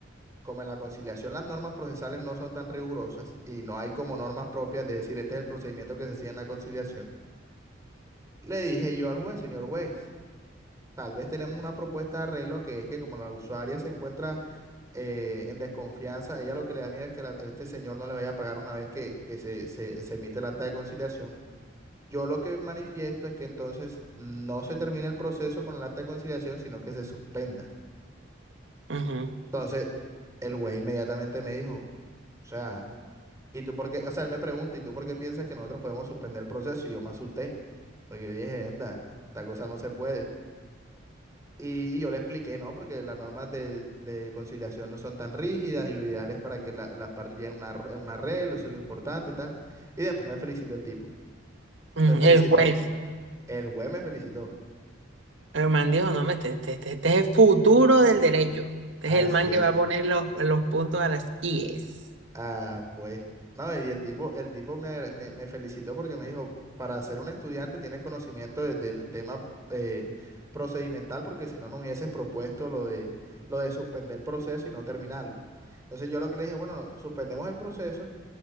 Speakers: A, on the right (about 15°); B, on the right (about 70°).
A: como en la conciliación las normas procesales no son tan rigurosas y no hay como normas propias de decir este es el procedimiento que se sigue en la conciliación, le dije yo al juez, señor juez, tal vez tenemos una propuesta de arreglo que es que como la usuaria se encuentra eh, en desconfianza, a ella lo que le da miedo es que la- este señor no le vaya a pagar una vez que, que se, se, se emite el acta de conciliación. Yo lo que manifiesto es que entonces no se termine el proceso con el acta de conciliación, sino que se suspenda.
B: ujú,
A: Entonces, el juez inmediatamente me dijo, o sea, ¿y tú por qué? O sea, él me pregunta, ¿y tú por qué piensas que nosotros podemos suspender el proceso? Y yo me asusté, porque yo dije, anda, esta cosa no se puede. Y yo le expliqué, no, porque las normas de, de conciliación no son tan rígidas y lo ideal es para que la- las partes lleguen a un arr- a un arreglo, eso es lo importante y tal. Y después me felicitó el tipo,
B: ujú.
A: me felicitó,
B: El juez,
A: el juez me felicitó.
B: el man dijo, no, hombre, este, este- este- este es el futuro del derecho. Este
A: Así
B: es el man que
A: es.
B: va a poner los, los puntos a las IES.
A: Ah, pues. No, y el tipo, el tipo me, agre- me, me felicitó porque me dijo, para ser un estudiante tienes conocimiento de- del tema eh, procedimental, porque si no, no hubieses propuesto lo de, lo de suspender el proceso y no terminarlo. Entonces yo lo que le dije, bueno, no, suspendemos el proceso